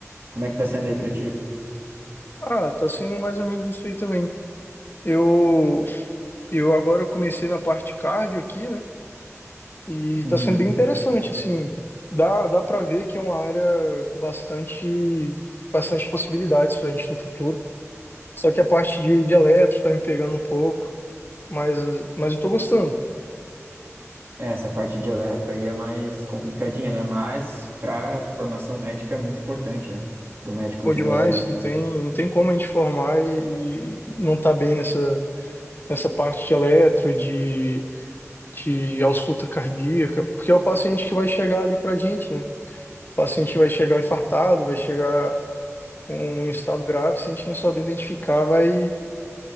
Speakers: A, on the right (about 45°); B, on the left (about 40°).
A: Como é que tá sendo aí pra ti?
B: Ah, tá sendo mais ou menos isso aí também. Eu, Eu agora comecei na parte cardio aqui, né? E
A: Uhum.
B: tá sendo bem interessante, assim. Dá, dá para ver que é uma área com bastante, bastante possibilidades pra gente no futuro. Só que a parte de, de eletro tá me pegando um pouco, mas, mas eu tô gostando.
A: É, essa parte de eletro aí é mais complicadinha, né? Mas pra formação médica é muito importante, né? Pro médico
B: Pô,
A: generalista.
B: demais, não tem, não tem como a gente formar e, e não tá bem nessa, nessa parte de eletro, de, de ausculta cardíaca, porque é o paciente que vai chegar ali pra gente, né? O paciente vai chegar infartado, vai chegar um estado grave, se a gente não saber identificar, vai,